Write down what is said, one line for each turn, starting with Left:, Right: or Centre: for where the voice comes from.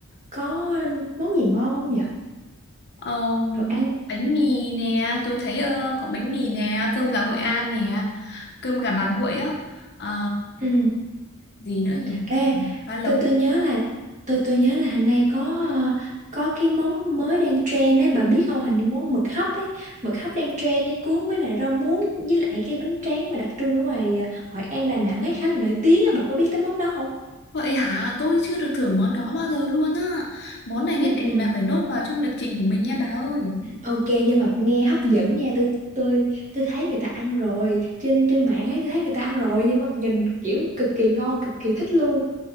Right: có món gì ngon không nhỉ?
Left: Ờ,
Right: Đồ ăn.
Left: bánh mì nè tôi thấy ờ, có bánh mì nè cơm gà Hội An nè cơm gà bà Bụi á Ờ,
Right: Ừ.
Left: gì nữa nhỉ
Right: Ê,
Left: Má lấu
Right: tôi tôi nhớ là tôi tôi nhớ là hình nay có ờ, có cái món mới đang trend ấy, bà biết không? Hình như món mực hấp ấy, mực hấp đang trend ấy cuốn với lại rau muống với lại cái bánh tráng mà đặc trưng ở ngoài ờ, Hội An Đà Nẵng ấy khá là nổi tiếng á, bà có biết tới món đó không?
Left: Vậy hả tôi chưa được thử món đó bao giờ luôn á Món này
Right: Ừ
Left: nhất định
Right: ừ.
Left: là phải nốt vào trong lịch trình của mình nha bà ơi
Right: Ok nhưng mà nghe hấp dẫn nha, tôi tôi tôi thấy người ta ăn rồi, trên trên mạng ấy tôi thấy người ta ăn rồi nhưng mà nhìn kiểu cực kỳ ngon, cực kỳ thích luôn.